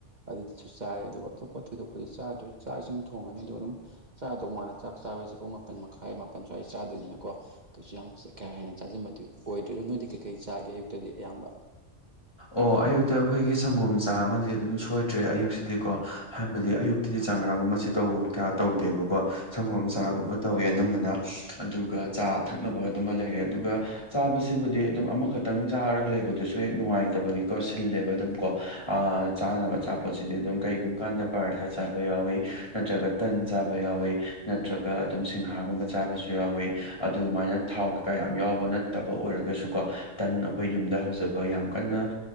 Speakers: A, on the right (about 35°); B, on the left (about 20°).
A: ꯑꯗꯨꯗꯨꯁꯨ ꯆꯥꯔꯦ ꯑꯗꯨꯒ ꯑꯇꯣꯞꯄ ꯊꯣꯏꯗꯣꯛꯄꯗꯤ ꯆꯥꯗ꯭ꯔꯦ ꯆꯥꯛ ꯏꯁꯤꯡ ꯊꯣꯡꯉꯅꯤ ꯑꯗꯨꯒ ꯑꯗꯨꯝ ꯆꯥꯗꯧ ꯃꯥꯜꯂꯦ ꯆꯥꯛ ꯆꯥꯕꯁꯦ ꯄꯨꯡ ꯃꯥꯄꯟ ꯃꯈꯥꯏ ꯃꯥꯄꯟ ꯁ꯭ꯋꯥꯏ ꯆꯥꯗꯣꯏꯅꯤꯅꯀꯣ ꯀꯩꯁꯨ ꯌꯥꯝ ꯆꯥ ꯀꯥ ꯍꯦꯟꯅ ꯆꯥꯖꯤꯟꯕꯗꯤ ꯑꯣꯏꯗ꯭ꯔꯦ ꯑꯗꯨ ꯅꯣꯏꯗꯤ ꯀꯩꯀꯩ ꯆꯥꯒꯦ ꯑꯌꯨꯛꯇꯗꯤ ꯑꯌꯥꯝꯕ
B: ꯑꯣ ꯑꯌꯨꯛꯇ ꯑꯩꯈꯣꯏꯒꯤ ꯁꯪꯒꯣꯝ ꯆꯥ ꯑꯃꯗꯤ ꯑꯗꯨꯝ ꯁꯣꯏꯗ꯭ꯔꯦ ꯑꯌꯨꯛꯁꯤꯗꯤꯀꯣ ꯍꯥꯏꯕꯗꯤ ꯑꯌꯨꯛ__ ꯑꯗꯨꯗꯤ ꯆꯉꯥꯡꯒꯨꯝꯕꯁꯤ ꯇꯧ ꯀꯌꯥ ꯇꯧꯗꯦꯕꯀꯣ ꯁꯪꯒꯣꯝ ꯆꯥꯒꯨꯝꯕ ꯇꯧꯋꯦ ꯑꯅꯝꯕꯅ ꯑꯗꯨꯒ ꯆꯥ ꯊꯛꯅꯕ ꯑꯗꯨꯃ ꯂꯩꯔꯦ ꯑꯗꯨꯒ ꯆꯥꯕꯁꯤꯕꯨꯗꯤ ꯑꯗꯨꯝ ꯑꯃꯈꯛꯇꯪ ꯆꯥꯔꯒ ꯂꯩꯕꯗꯨꯁꯨ__ ꯍꯦꯛ ꯅꯨꯡꯉꯥꯏꯇꯕꯅꯤꯀꯣ ꯁꯤꯜꯂꯦꯕ ꯑꯗꯨꯝ ꯀꯣ ꯑꯥ ꯆꯥꯅꯕ ꯑꯆꯥꯄꯣꯠꯁꯤꯗꯤ ꯑꯗꯨꯝ ꯀꯩꯒꯨꯝꯕ ꯀꯥꯟꯗ ꯄꯔꯊꯥ ꯆꯥꯕ ꯌꯥꯎꯏ ꯅꯠꯇ꯭ꯔꯒ ꯇꯟ ꯆꯥꯕ ꯌꯥꯎꯏꯤ ꯅꯠꯇ꯭ꯔꯒ ꯑꯗꯨꯝ ꯁꯤꯡꯍꯥꯒꯨꯝꯕ ꯆꯥꯕꯁꯨ ꯌꯥꯎꯋꯤ ꯑꯗꯨꯃꯥꯏꯅ ꯊꯥꯎ ꯀꯩꯀꯥ ꯌꯥꯝ ꯌꯥꯎꯕ ꯅꯠꯇꯕ ꯑꯣꯏꯔꯒꯁꯨ ꯀꯣ ꯇꯟ ꯑꯩꯈꯣꯏ ꯌꯨꯝꯗ ꯍꯧꯖ__ ꯕ ꯌꯥꯝ ꯀꯟꯅ